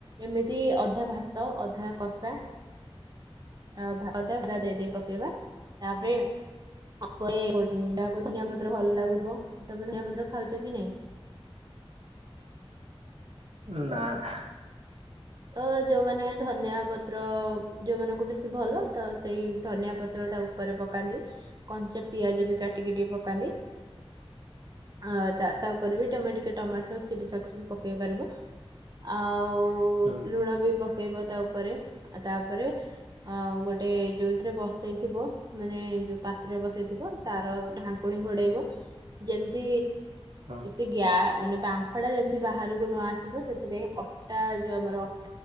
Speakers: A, on the right (about 40°); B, on the right (about 85°).
A: ଏମିତି ଅଧା ଭାତ, ଅଧା କଷା ଆ ଭା ଅଧା ଅଧା ଦେଇ ଦେଇ ପକେଇବା। ତାପରେ ହାକୁଲ୍ ଯାହାକୁ ଧନିଆ ପତ୍ର ଭଲ ଲାଗୁଥିବ। ତମେ ଧନିଆ ପତ୍ର ଖାଉଛ କି ନାଇଁ?
B: ନା ନା।
A: ତ ଯୋଉମାନେ ଧନିଆ ପତ୍ର ଯୋଉମାନଙ୍କୁ ବେଶୀ ଭଲ, ତ ସେଇ ଧନିଆ ପତ୍ର ତା ଉପରେ ପକାନ୍ତି। କଞ୍ଚା ପିଆଜ ବି କାଟିକି ଟିକେ ପକାନ୍ତି। ଆ ତା ତା ଉପରେ ବି ତମେ ଟିକେ ଟମାଟୋ ସକ୍ସ ଚିଲି ସକ୍ସ ବି ପକେଇ ପାରିବ। ଆଉ
B: ହୁଁ
A: ଲୁଣ ବି ପକେଇବ, ତା ଉପ ପରେ, ତାପରେ ଅ ଗୋଟେ ଯୋଉଥିରେ ବସେଇଥିବ, ମାନେ ଯୋଉ ପାତ୍ର ବସେଇଥିବ। ତାର ଢାଙ୍କୁଣି ଘୋଡେଇବ ଯେମତି
B: ହଁ
A: ସେ ଗ୍ୟା ମାନେ ବାମ୍ଫ ଟା ଯେମିତି ବାହାରକୁ ନ ଆସିବ! ସେଥିପାଇଁ ଅଟା ଯୋଉ ଆମର